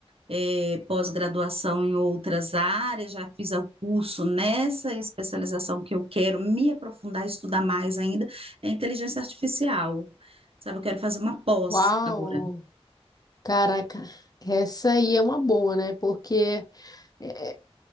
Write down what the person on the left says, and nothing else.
Uau!
Caraca, essa aí é uma boa, né? Porque é, é